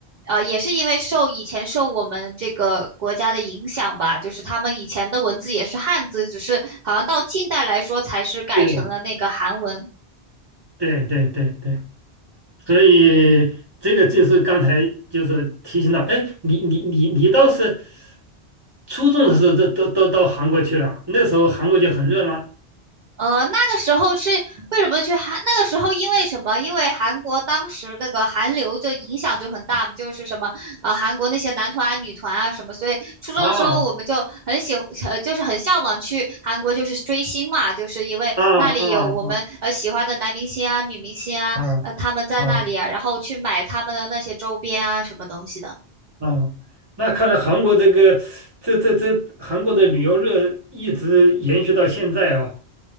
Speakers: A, on the right; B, on the right.
A: 呃，也是因为受以前受我们这个国家的影响吧，就是他们以前的文字也是汉字，只是好像到近代来说才是改成了那个韩文。
B: 对对对对。所以这个就是刚才就是提醒到，哎，你你你你倒是初中的时候都都都到韩国去了，那时候韩国就很热吗？
A: 呃，那个时候是为什么去韩？那个时候因为什么？因为韩国当时那个韩流就影响就很大嘛，就是什么呃韩国那些男团啊、女团啊什么，所以初中的时候我们就很喜呃就是很向往去韩国就是追星嘛，
B: 啊
A: 就是因为那里有我们呃喜欢的男明星啊、
B: 啊啊啊
A: 女明星啊，
B: 啊
A: 呃他们在那里啊，
B: 啊
A: 然后去买他们的那些周边啊什么东西的。
B: 啊！那看来韩国这个这这这韩国的旅游热一直延续到现在哦。